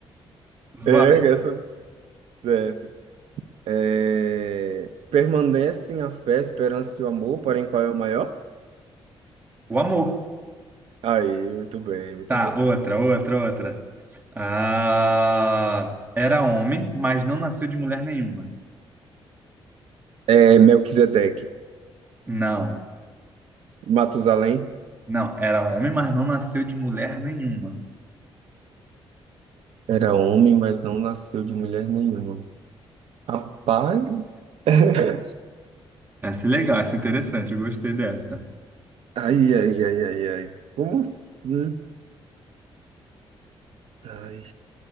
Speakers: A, on the right (about 20°); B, on the right (about 75°).
A: Vai.
B: É, essa... Certo. É... Permanecem a fé, a esperança e o amor, porém qual é o maior?
A: O amor.
B: Aí, muito bem, muito
A: Tá,
B: bem.
A: outra, outra, outra. Ah, era homem, mas não nasceu de mulher nenhuma.
B: É Melquisedeque.
A: Não,
B: Matusalém
A: não, era homem, mas não nasceu de mulher nenhuma.
B: era homem, mas não nasceu de mulher nenhuma. Rapaz, <laughs>
A: Essa é legal, essa é interessante, eu gostei dessa.
B: ai, ai, ai, ai, ai. Como assim? Ai,